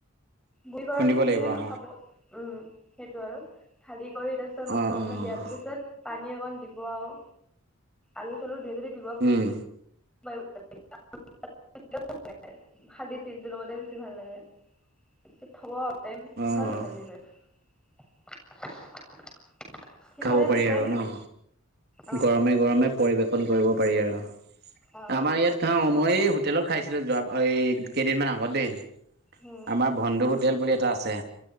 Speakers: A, in the centre; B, on the right.
A: গুৰি কৰা
B: খুন্দিব
A: তিলটোহে
B: লাগিব অঁ
A: খ-খাব উম, সেইটো আৰু <unintelligible> কৰি তাপিছত
B: অঁ
A: মছলা, চছলা
B: অঁ
A: দিয়াৰ
B: অঁ
A: পিছত পানী অকণ দিব আৰু আলু চালো গোটেইখিনি দিব।
B: উম
A: <unintelligible> খালি তিলটো লগতে বেছি ভাল লাগে। <inaudible>
B: অ',
A: সিফালে
B: খাব পাৰি
A: নাখায়
B: আৰু
A: নেকি?
B: নহ
A: অ',
B: গৰমে, গৰমে পৰিবেশন কৰিব পাৰি আৰু।
A: অ',
B: আমাৰ ইয়াত খাওঁ, মই এই হোটেলত খাইছিলোঁ যোৱা এই কেইদিনমান আগতেই।
A: উম,
B: আমাৰ বন্ধু হোটেল বুলি এটা আছে,